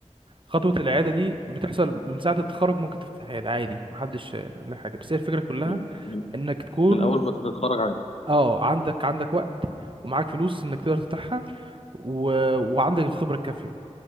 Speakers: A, on the right (about 45°); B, on the left (about 55°).
A: خطوة الإعادة دي بتحصل من ساعة التخرج ممكن تفتح عيادة عادي محدش آه، له حاجة بس هي الفكرة كلها
B: من... من...
A: إنك تكون
B: من اول ما تتخرج عادي
A: اه عندك عندك وقت ومعاك فلوس إنك تقدر تفتحها و... وعندك الخبرة الكافية